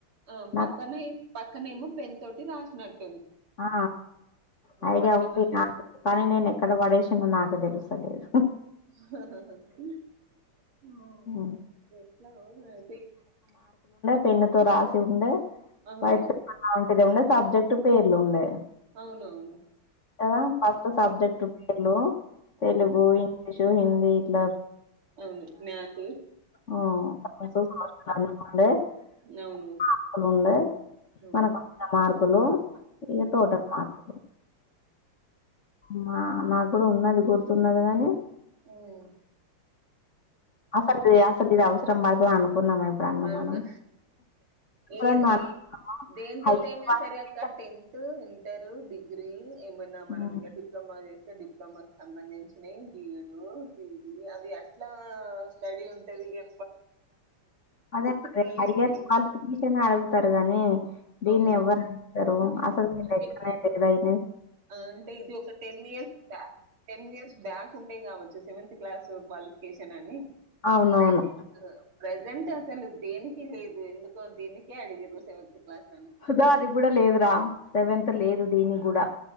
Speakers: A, on the right; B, on the left.
A: ఆ
B: నాకు
A: పక్కన పక్కనేమో పెన్ తోటి రాసినట్
B: ఆ ఆ ఐడియా
A: పక్కన
B: ఉంది నా కానీ నేను ఎక్కడ పడేసి న్నో నాకే తెలుస్తాలేదు
A: ఆాా ఆ
B: ఉమ్ పెన్ను తో రాసి ఉండే
A: అవును
B: వైట్ పేపర్ లాంటిది ఉండే సబ్జెక్ట్ పేర్లు ఉండే
A: అవునవును
B: ఆ ఫస్ట్ సబ్జెక్ట్ పేర్లు తెలుగు ఇంగ్లీషు హిందీ ఇట్లా
A: అవును మ్యాస్
B: ఆ <unintelligible>
A: అవును అవును
B: మనకు వచ్చిన మార్కులు ఇగ టోటల్ మార్కులు మా మక్కుడా ఉన్నది గుర్తున్నది గాని
A: మ్
B: అసలు ఇది అసలు ఇది అవసరం పడతది అనుకున్నామా ఎప్పుడన్నా
A: అవున
B: మనం? ఎప్పుడన్నా
A: ఏ ఏ
B: అనుకున్నామా?
A: దేనితోటైనా
B: హైయెస్ట్ క్వాలిఫికేషన్
A: సరే అక్కడ టెన్త్ ఇం ారు డిగ్రీ ఏమన్నా మనం
B: హ్మ్.
A: ఇగ డిప్లొమా చేస్తే డిప్లొమాకిి సంబంధించినవి బిఎడ్ పిజి అవి అట్లా స్టడీ ఉంటది కా
B: అదే మరి
A: క్వాలిఫికేషన్
B: హైయర్ క్యాలిఫికేషన్ అడుగుతారు గానీ దీన్ని
A: అవును
B: ఎవ్వరు అడుగుతరు
A: ఉంది
B: అసలు
A: అంటే
B: లెక్కనే లేదయిన్
A: ఆ అంటే ఇది ఒక ten years back ten years back ఉండే కావచ్చు సెవెంత్ త్ క్లాస్ క్వాలిఫికేషన్ అని
B: అవునవును
A: ప్రజెంట్ ప్రజెంట్ అసలు దేనికి లేదు ఎందు కో దినికే అడిగిర్రు సెవెంత్ క్లాస్ అని
B: దానికి కూడా లేదురా సెవెంత్ లేదు దీనికి కూడా